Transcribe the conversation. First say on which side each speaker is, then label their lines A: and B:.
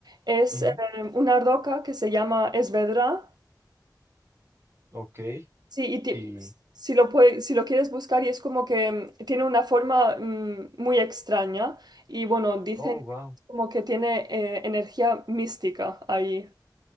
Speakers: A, on the right; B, on the right.
A: es
B: Ujú.
A: eh, una roca que se llama Esvedra.
B: Ok.
A: Sí, y ti-
B: Y,
A: si lo puede- si lo quieres buscar y es como que mm, tiene una forma mm, muy extraña y bueno, dicen
B: oh, wow.
A: como que tiene eh, energía mística ahí.